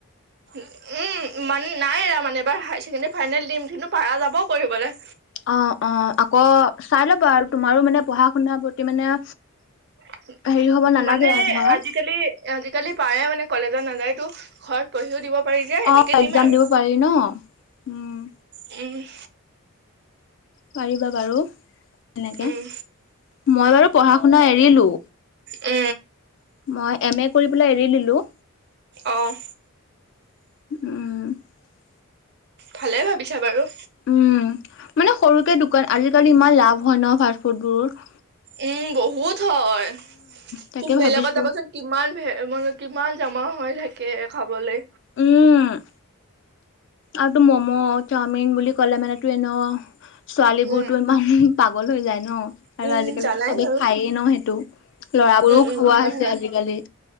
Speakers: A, on the right; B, on the left.
A: উম, মানে নাই এৰা মানে এবাৰ হায়াৰ ছেকেণ্ডৰী ফাইনেল দিম কিন্তু পাৰা যাবও কৰিবলে।
B: অ', -অ' আকৌ চাই লবা আৰু তোমাৰো মানে পঢ়া- শুনাৰ প্ৰতি মানে
A: <unintelligible>
B: হেৰি হ'ব নালাগে
A: মানে
B: আৰু ধৰ
A: আজিকালি, আজিকালি পাৰে মানে কলেজত নাযায়তো ঘৰত পঢ়িও দিব। পাৰি যে এনেকে
B: অ' একজাম
A: দিম আৰু
B: দিব পাৰি ন উম'।
A: উম'।
B: পাৰিবা বাৰু তেনেকে
A: উম
B: মই বাৰু পঢ়া-শুনা এৰিলো।
A: উ।
B: মই এম এ কৰি পেলাই এৰি দিলো।
A: অ'।
B: উ।
A: ভালে ভাবিছা বাৰু।
B: উম, মানে সৰুকে দোকান আজিকালি ইমান লাভ হয় ন ফাষ্ট ফুডবোৰ।
A: উম, বহুত হয়
B: তাকে
A: তুম বেলেগত
B: ভাবিছো
A: যাবাচোন কিমান মানে কিমান। জমা হৈ থাকে খাবলৈ
B: উম'। আৰু তো মমো, চাওমিন বুলি কলে মানে তো এনেও ছোৱালী
A: উম,
B: বোৰতো ইমান পাগল হৈ যায় ন'। আৰু
A: উম,
B: আজিকালিতো
A: জানাই
B: চবে
A: বাৰু
B: খায় ন' সেইটো ল'ৰাবোৰেও
A: উম, উম,
B: খোৱা
A: হয়,
B: হৈছে
A: হয়,
B: আজিকালি।